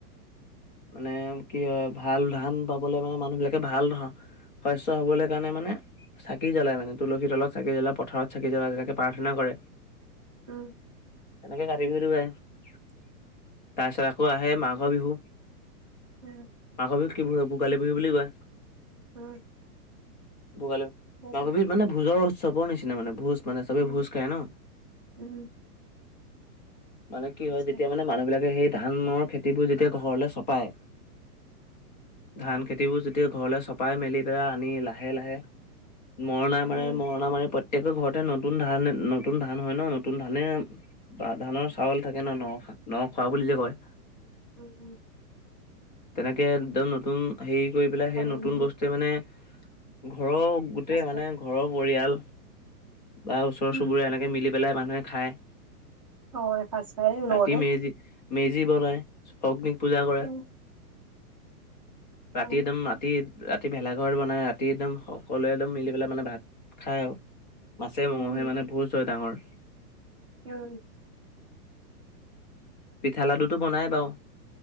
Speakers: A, on the left; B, on the right.
A: মানে কি হয় ভাল ধান পাবলে মানে মানুহ বিলাকে ভাল শস্য হ'বলৈ কাৰণে মানে চাকি জ্বলাই মানে তুলসী তলত চাকি জ্বলাই পথাৰত চাকি জ্বলাই তেনেকে প্ৰাৰ্থনা কৰে
B: উম,
A: এনেকে কাতি বিহুতো আহে তাৰপিছত আকৌ আহে মাঘৰ বিহু।
B: উম,
A: মাঘৰ বিহুক কি বিহু, ভোগালী বিহু বুলি কয়।
B: উম,
A: ভোগালী
B: সেইটোৱে
A: মাঘবিহুত মানে ভোজৰ উৎসৱৰ নিচিনা মানে ভোজ মানে চবে
B: উম,
A: ভোজ খায় ন'
B: উম,
A: মানে কি
B: ভোজ
A: হয় যেতিয়া
B: খাই
A: মানে মানুহবিলাকে সেই ধানৰ খেতিবোৰ যেতিয়া ঘৰলে চপাই
B: উম,
A: ধান খেতিবোৰ যেতিয়া ঘৰলে চপাই মেলি পেলাই আনি লাহে লাহে মৰণা
B: উম,
A: মাৰে মৰণা মাৰি প্ৰত ঘৰতে নতুন ধান নতুন ধান হয় ন' নতুন ধানে বৰা ধানৰ চাউল থাকে ন' নখা নখোৱা বুলি যে কয়।
B: উম, উম,
A: তেনেকে একদম নতুন হেৰি কৰি পেলাই
B: চবে
A: সেই নতুন
B: মিলি
A: বস্তুৱে মানে ঘৰৰ গোটেই
B: এসাঁজ
A: মানে
B: খাই
A: ঘৰৰ পৰিয়াল বা ওচৰ
B: উম,
A: চুবুৰীয়া এনেকে মিলি পেলাই মানুহে খায়।
B: অ', এখাচ খাই
A: ৰাতি
B: লগতে
A: মেজি মেজি বনাই অগ্নিক পূজা ক
B: <inaudible>
A: ৰাতি
B: অ,
A: একদম ৰাতি ৰা ৰাতি ভেলাঘৰ বনায় ৰাতি একদম সকলোৱে একদম মিলি পেলাই মানে ভাত খায় আৰু। মাছে
B: উম,
A: মঙহে মানে ভূজ হয় ডাঙৰ।
B: উম,
A: পিঠা লাডুটো বনাই বাৰু।